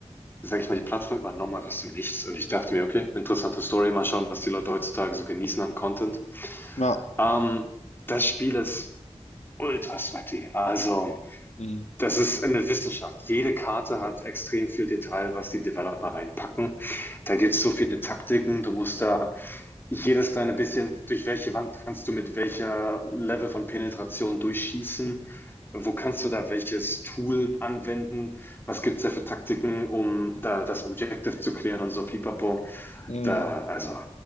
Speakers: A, on the left; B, on the left.
A: sag ich mal, die Plattform übernommen hat aus dem Nichts. Und ich dachte mir, okay, interessante Story, mal schauen, was die Leute heutzutage so genießen an Content.
B: Ja.
A: Ähm, das Spiel ist ultra sweaty. Also,
B: Mhm.
A: das ist eine Wissenschaft. Jede Karte hat extrem viel Detail, was die Developer reinpacken. Da gibt es so viele Taktiken. Du musst da jedes kleine bisschen, durch welche Wand kannst du mit welcher Level von Penetration durchschießen? Wo kannst du da welches Tool anwenden? Was gibt's da für Taktiken, um da das Objective zu klären und so pipapo?
B: Mhm.
A: Da, also,